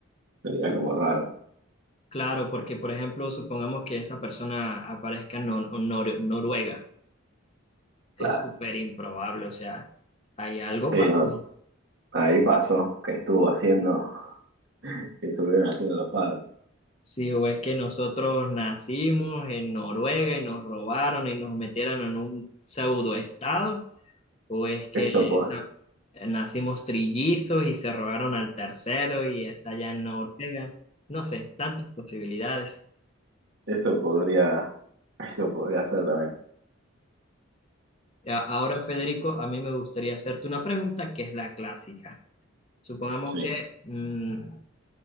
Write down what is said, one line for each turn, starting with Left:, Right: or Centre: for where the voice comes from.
Right: sería como raro.
Left: Claro, porque por ejemplo, supongamos que esa persona aparezca en Nor- Nor- Noruega,
Right: Claro,
Left: es súper improbable, o sea, hay algo
Right: sí,
Left: pasó.
Right: no, ahí pasó, que estuvo haciendo, que estuvieron haciendo los padres.
Left: Sí, o es que nosotros nacimos en Noruega y nos robaron y nos metieron en un pseudo estado, o es que
Right: Eso,
Left: esa-
Right: po-
Left: eh, nacimos trillizos y se robaron al tercero y está allá en Noruega. No sé, tantas posibilidades.
Right: eso podría, eso podría ser también,
Left: A- Ahora, Federico, a mí me gustaría hacerte una pregunta que es la clásica. Supongamos
Right: sí.
Left: que mm,